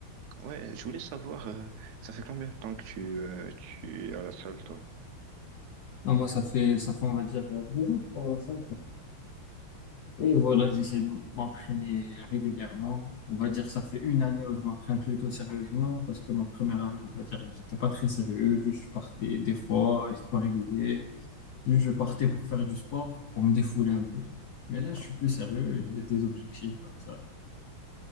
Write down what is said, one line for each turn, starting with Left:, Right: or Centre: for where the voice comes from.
Right: Ouais, je voulais savoir, euh, ça fait combien de temps que tu, euh, tu es à la salle, toi?
Left: Non, moi ça fait, ça fait on va dire euh, deux ans que je parle à ça. Et voilà, j'essaie de m'entraîner régulièrement. On va dire, ça fait une année où je m'entraîne plutôt sérieusement parce que ma première année, on va dire, j'étais pas très sérieux. Juste, je partais des fois, j'étais pas régulier. Juste, je partais pour faire du sport, pour me défouler un peu. Mais là, je
Right: Ah,
Left: suis plus sérieux et j'ai des objectifs à ça.